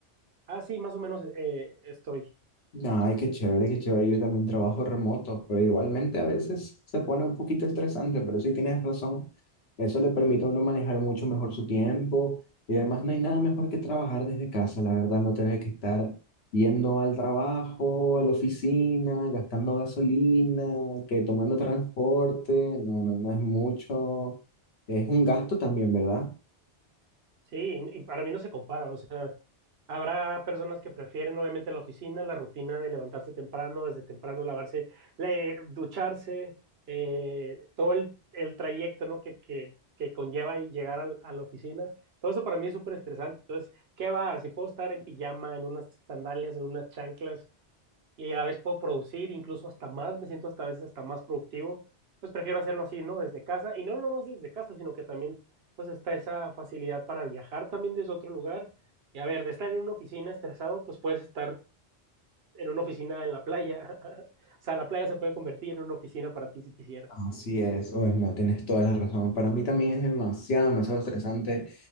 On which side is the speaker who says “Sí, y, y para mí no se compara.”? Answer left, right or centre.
Right